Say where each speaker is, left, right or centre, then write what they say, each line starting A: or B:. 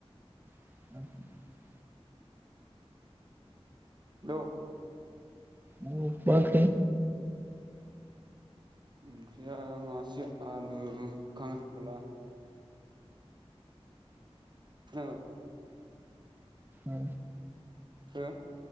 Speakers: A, on the right (about 20°); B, on the right (about 45°).
A: <inaudible>
B: हेल'
A: मा ओंख्रै?
B: ओंख्रिया माबासे आलु खांख्रिखला। खोनाबाय।
A: मा
B: हो?